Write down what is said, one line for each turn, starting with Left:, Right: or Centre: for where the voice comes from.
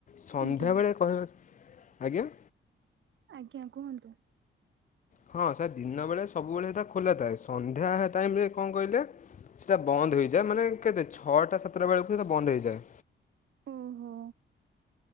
Left: ସନ୍ଧ୍ୟାବେଳେ
Right: ଆଜ୍ଞା।
Left: କହିବ ଆଜ୍ଞା।
Right: ଆଜ୍ଞା କୁହନ୍ତୁ।
Left: ହଁ ସା ଦିନବେଳେ ସବୁବେଳେ ତ ଖୋଲା ଥାଏ ସନ୍ଧ୍ୟା ଟାଇମ୍ ରେ କଣ କହିଲେ। ସେଟା ବନ୍ଦ ହେଇଯାଏ, ମାନେ କେତେ ଛଅଟା ସାତଟା ବେଳକୁ ହୁଏତ ବନ୍ଦ ହେଇଯାଏ।
Right: ଓହୋ।